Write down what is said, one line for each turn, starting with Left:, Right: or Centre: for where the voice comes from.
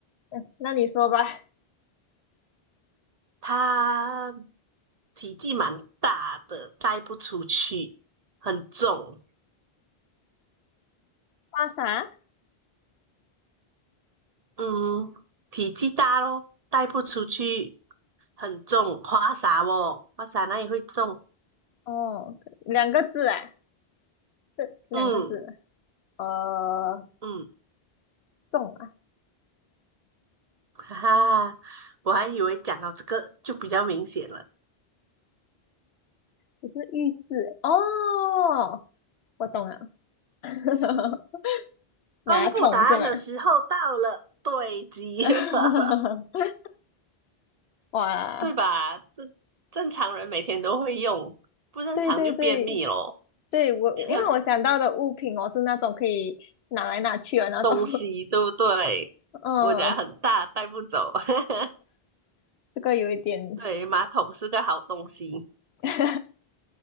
Left: 嗯，那你说吧。
Right: 它体积蛮大的，带不出去，很重。
Left: 花洒？
Right: 嗯，体积大咯，带不出去，很重。花洒哦，花洒那也会重。
Left: 哦，两个字啊，这两个字。
Right: 嗯
Left: 呃，
Right: 嗯，
Left: 重。啊。
Right: 哈哈，我还以为讲到这个就比较明显了。
Left: 不是浴室欸哦，我懂了，<laughs> 马桶是吗？
Right: 公布答案的时候到了，对极了。
Left: <laughs> 哇，
Right: 对吧？正正常人每天都会用，不正常就便秘咯。
Left: 对对对对，我我因为我想到的物品哦是那种可以拿来拿去的那种，
Right: <laughs> 东西对不对？
Left: <laughs> 嗯，
Right: 我家很大，带不走。<laughs>
Left: 这个有一点，
Right: 对，马桶是个好东西。
Left: <laughs>